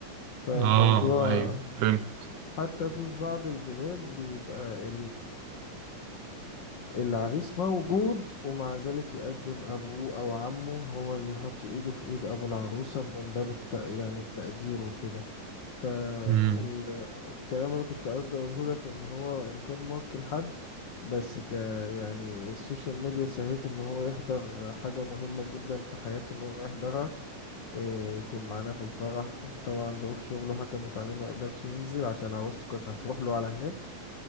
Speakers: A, on the left (about 85°); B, on the right (about 75°).
A: فالموضوع
B: آه أيوه فهمت
A: حتى في في بعض البلاد بيبقى العريس موجود ومع ذلك يقدم أبوه أو عمه هو اللي يحط إيده في إيد أبو العروسة من باب الت... يعني التقدير وكده فالكلام
B: مم.
A: اللي كنت قصدي أقوله لك إن هو إن كان موكل حد بس ك يعني السوشيال ميديا سهلت إن هو يحضر حاجة مهمة جدا في حياته إن هو يحضرها إيه، يكون معانا في الفرح طبعا ظروف شغله حكمت عليه ما يقدرش ينزل عشان عروسته كانت هتروح له على هناك